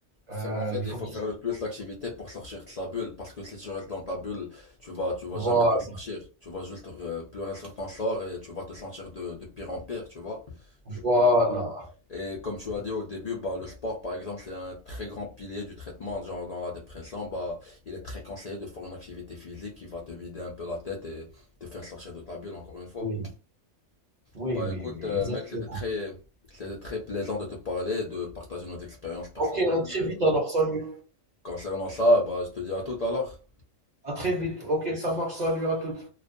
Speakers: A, on the right; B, on the left.
A: euh,
B: Faire, en fait,
A: il
B: il
A: faut
B: faut
A: qu'il
B: faire
A: s'occupe.
B: le plus d'activités pour sortir de sa bulle, parce que si tu restes dans ta bulle, tu vas, tu vas
A: Voilà,
B: jamais t'en sortir. Tu vas juste euh, pleurer sur ton sort et tu vas te sentir de, de pire en pire, tu vois. Du coup,
A: voilà.
B: Et comme tu as dit au début, bah, le sport, par exemple, c'est un très grand pilier du traitement. Genre, dans la dépression, bah, il est très conseillé de faire une activité physique qui va te vider un peu la tête et te faire sortir de ta bulle, encore une fois.
A: Oui, oui,
B: Bah,
A: oui,
B: écoute,
A: oui,
B: euh,
A: exactement.
B: mec, c'était très, c'était très plaisant de te parler et de partager nos expériences personnelles.
A: Ok, à très
B: euh,
A: vite alors, salut.
B: Concernant ça, bah, je te dis à tout alors.
A: À très vite. Ok, ça marche, salut à toutes.